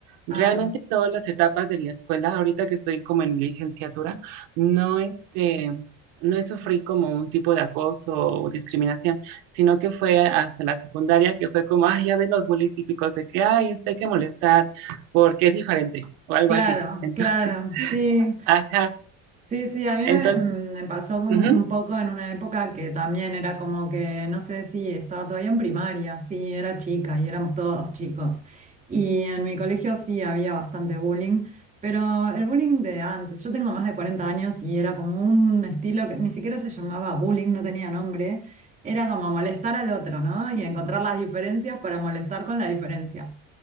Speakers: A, on the right (about 75°); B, on the right (about 20°).
A: Realmente
B: Ah,
A: todas las etapas de la escuela, ahorita que estoy como en licenciatura, no este, no sufrí como un tipo de acoso o discriminación, sino que fue hasta la secundaria que fue como, ay, ya ven los bullies típicos de que, ay, este hay que molestar porque es diferente o algo
B: claro,
A: así. Entonces,
B: claro,
A: <laughs>
B: sí.
A: ajá,
B: Sí, sí, a mí
A: entonces,
B: me, mm, me pasó con-
A: ujú,
B: un poco en una época que también era como que, no sé si estaba todavía en primaria, sí, era chica y éramos todos chicos. Y en mi colegio sí había bastante bullying, pero el bullying de antes, yo tengo más de 40 años y era como un estilo que ni siquiera se llamaba bullying, no tenía nombre, era como molestar al otro, ¿no? Y encontrar las diferencias para molestar con la diferencia.